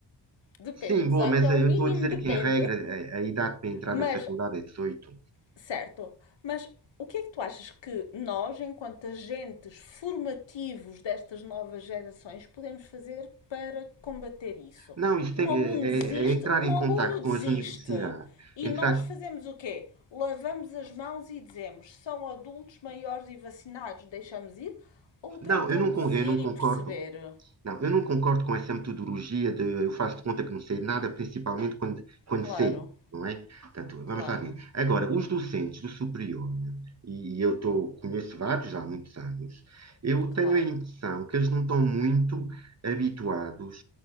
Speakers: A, on the left; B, on the right.
A: Depende.
B: sim,
A: 18
B: bom, mas
A: é
B: eh,
A: o mínimo,
B: eu estou a dizer
A: depende.
B: que, em regra, a, a idade para entrar
A: Mas
B: na faculdade é 18.
A: Certo, mas o que é que tu achas que nós, enquanto agentes formativos destas novas gerações, podemos fazer para combater isso?
B: Não, isso
A: Um
B: tem, que-
A: aluno
B: é,
A: desiste,
B: é entrar
A: um
B: em
A: aluno
B: contacto
A: desiste.
B: com as universidades.
A: E
B: Entrar,
A: nós fazemos o quê? Lavamos as mãos e dizemos: são adultos maiores e vacinados, deixamos ir? Ou
B: não,
A: tentamos
B: eu não, con- eu
A: ir
B: não concordo.
A: e perceber?
B: Não, eu não concordo com essa metodologia de eu faço de conta que não sei de nada, principalmente quando, quando
A: Claro,
B: sei, não é? Portanto, vamos
A: claro,
B: lá ver. Agora, os docentes do superior, né, e, e eu tô, conheço vários há muitos anos, eu
A: claro,
B: tenho a impressão que eles não estão muito habituados